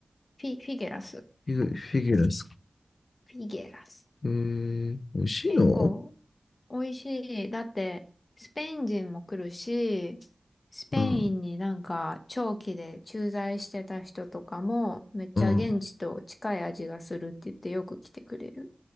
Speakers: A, on the left (about 55°); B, on the left (about 80°).
A: フィ、フィゲラス。
B: ィグ、フィギュラスか。
A: フィゲラス。
B: えー、美味しいの
A: 結構、美味しい。だって、スペイン人も来るし、スペインになんか長期で駐在してた人とかも、
B: うん、
A: めっちゃ現地と近い味がするって言ってよく来てくれる。
B: うん。